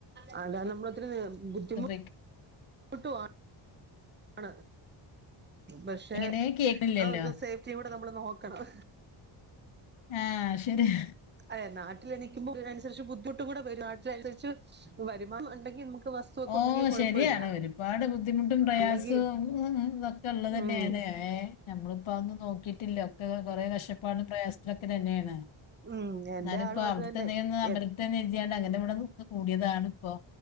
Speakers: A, on the right; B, on the left.
A: ആ അത നമ്മള ഒത്തിരി ബുദ്ധിമു
B: വെക്ക
A: കുട്ടുവാ ആണ് പക്ഷെ
B: എങ്ങനെ കേൾക്കില്ലല്ലോ
A: അവർക്ക് സേഫ്റ്റി കൂടെ നമ്മൾ നോക്കണം.
B: ആഹ് ശരിയാ.
A: അതെ നാട്ടില് നിക്കുമ്പോ അതിനനുസരിച്ച് ബുദ്ധിമുട്ട് കൂടെ വരും നാട്ടിനനുസരിച്ച് വരുമാനം ഉണ്ടെങ്കിൽ നമുക്ക് വസ്തുവൊക്കെ
B: ഓ
A: ഉണ്ടെങ്കി കൊഴപ്പമില്ല
B: ശരിയാണ് ഒരുപാട് ബുദ്ധിമുട്ടും പ്രയാസവും
A: അല്ലെങ്കി
B: ഇതൊക്കെ ഉള്ളത് തന്നെയ
A: ഉം
B: ഏഹ് നമ്മളിപ്പ അതൊന്നും നോക്കിയിട്ടില്ല ഒക്കെ കൊറെേ കഷ്ടപ്പാടും പ്രയാസത്തിലൊക്കെ തന്നെയാണ്
A: ഉം എന്റെ
B: എന്നാല ഇപ്പോ
A: ആളും
B: അവിടുത്തെന്നെയൊന്ന്
A: അത് തന്നെ
B: ഒന്ന് അമരട്ടെനെരതിയണ്ട് അങ്ങനന്റെ ഇവിടെന്ന് കൂടിയതാണ് ഇപ്പോ